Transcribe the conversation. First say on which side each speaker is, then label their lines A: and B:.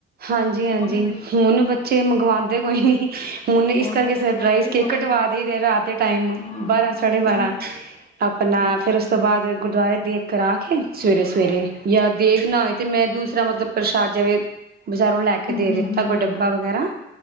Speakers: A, on the right (about 50°); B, on the left (about 35°).
A: ਹਾਂਜੀ, ਹਾਂਜੀ।
B: ਹੁਣ ਵੀ
A: ਹੁਣ ਬੱਚੇ ਬਚੇ ਮੰਗਵਾਉਂਦੇ ਕੋਈ ਨੀ, ਹੁਣ ਇਸ ਕਰਕੇ
B: ਕਹਿੰਦੇ
A: ਸਰਪ੍ਰਾਈਜ਼
B: ਅਸੀਂ ਆਪੇ
A: ਕੇਕ
B: ਜਾਵਾਂਗੇ।
A: ਕਟਵਾ ਕ ਦੇਰ ਰਾਤ ਦੇ ਟਾਈਮ
B: ਹਾਂ
A: ਬਾਰਾਂ-ਸਾਢੇ-ਬਾਰਾਂ
B: ਹੁਣ
A: ਆਪਣਾ
B: ਅੱਛਾ।
A: ਫੇਿਰ ਉਸ ਤੋਂ ਬਾਅਦ ਗੁਰਦੁਆਰੇ ਦੇਗ ਕੜਾਹ ਸਵੇਰੇ, ਸਵੇਰੇ ਯਾ ਦੇਗ ਨਾ ਹੋਏ ਤੇ, ਮੈਂ ਦੂਸਰਾ ਮਤਲਬ ਪ੍ਰਸ਼ਾਦ ਜਿਵੇਂ ਬਜ਼ਾਰੋਂ ਲੈ ਕੇ ਕੇ
B: ਹੂੰ
A: ਦੇ
B: ਹੂੰ
A: ਦਿੱਤਾ
B: ਹੂੰ
A: ਕੋਈ
B: ਹੂੰ।
A: ਡੱਬਾ ਵਗੈਰਾ